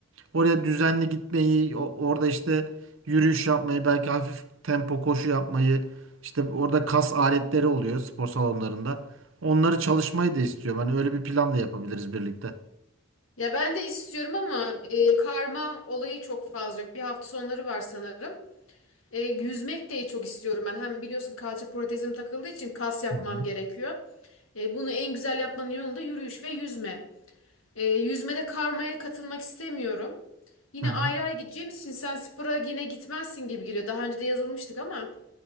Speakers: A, on the right; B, on the left.
A: Oraya düzenli gitmeyi, o- orada işte yürüyüş yapmayı, belki hafif tempo koşu yapmayı, işte orada kas aletleri oluyor spor salonlarında. Onları çalışmayı da istiyorum. Hani öyle bir plan da yapabiliriz birlikte.
B: Ya ben de istiyorum ama e, karma olayı çok fazla yok. Bir hafta sonları var sanırım. E, yüzmek de çok istiyorum ben. Hem biliyorsun kalça protezim takıldığı için kas yapmam
A: Hı hı.
B: gerekiyor. E, bunu en güzel yapmanın yolu da yürüyüş ve yüzme. E, yüzmede karmaya katılmak istemiyorum. Yine
A: Hı hı.
B: ayrı ayrı gideceğimiz için sen spora yine gitmezsin gibi geliyor. Daha önce de yazılmıştık ama